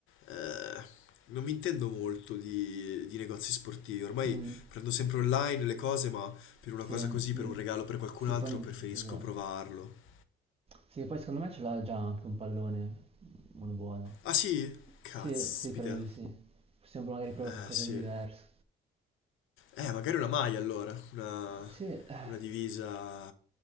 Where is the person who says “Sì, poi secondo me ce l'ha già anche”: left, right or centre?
Right